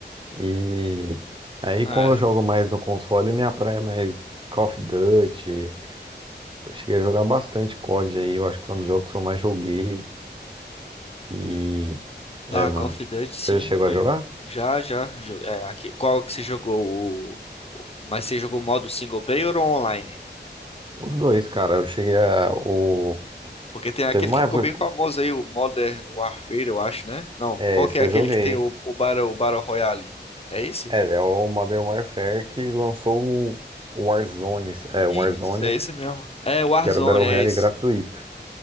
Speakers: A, on the right; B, on the left.
A: E aí,
B: É.
A: como eu jogo mais no console, minha praia é mais Call of Duty. Eu cheguei a jogar bastante COD aí, eu acho que foi um dos jogos que eu mais joguei. E, é,
B: Ah,
A: mano.
B: Call of Duty, sim.
A: Você já chegou
B: Eu
A: a jogar?
B: já, já. jo- É, aqui. Qual que você jogou? O... o- Mas você jogou modo single player ou online?
A: Os dois, cara, eu cheguei a. O...
B: Porque tem aquele
A: Teve uma
B: que ficou
A: época
B: bem famoso
A: que.
B: aí, o Modern Warfare, eu acho, né? Não,
A: É,
B: qual
A: esse
B: que é aquele
A: eu joguei.
B: que tem o, o Battle, o Battle Royale? É esse?
A: É, é o Modern Warfare que lançou o Warzone, é,
B: Isso,
A: o Warzone,
B: é esse mesmo. É, o Warzone,
A: que era o Battle
B: é
A: Royale
B: esse.
A: gratuito.